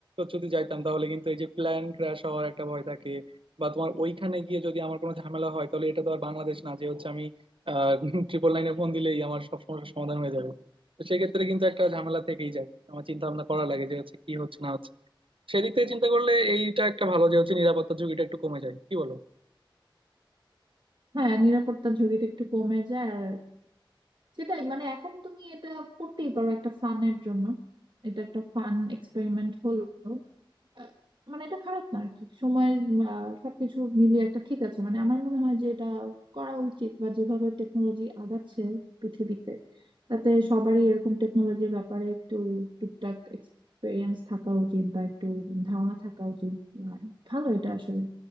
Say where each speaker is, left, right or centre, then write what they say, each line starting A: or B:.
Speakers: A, on the right (about 85°); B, on the right (about 65°).
A: যদি যাইতাম তাহলে কিন্তু এই যে প্ল্যান ক্র্যাশ হওয়ার একটা ভয় থাকে বা তোমার ওইখানে গিয়ে যদি আমার কোনো ঝামেলা হয় তাহলে এটা তো আর বাংলাদেশ না যে হচ্ছে আমি আহ <laughs> ট্রিপল নাইনে ফোন দিলেই আমার সব সমস্যার সমাধান হয়ে যাবে তো সেক্ষেত্রে কিন্তু একটা ঝামেলা থেকেই যায় আমার চিন্তা ভাবনা করা লাগে যে হচ্ছে কি হচ্ছে না হচ্ছে সেদিক থেকে চিন্তা করলে এইটা একটা ভালো যে হচ্ছে নিরাপত্তা ঝুঁকিটা একটু কমে যায় কি বলো
B: হ্যাঁ নিরাপত্তার ঝুঁকিটা একটু কমে যায় আর সেটাই মানে এখন তুমি এটা করতেই পারো একটা ফানের জন্য এটা একটা ফান এক্সপেরিমেন্ট হলো আহ, মানে এটা খারাপ না আর কি সময়ের আহ, সবকিছু মিলিয়ে একটা ঠিক আছে মানে আমার মনে হয় যে এটা করা উচিত বা যেভাবে টেকনোলজি আগাচ্ছে পৃথিবীতে তাতে সবারই এরকম টেকনোলজির ব্যাপারে একটু টুকটাক এক্সপিরিয়েন্স থাকা উচিত বা একটু ধারণা থাকা উচিত আহ, ভালো এটা আসলে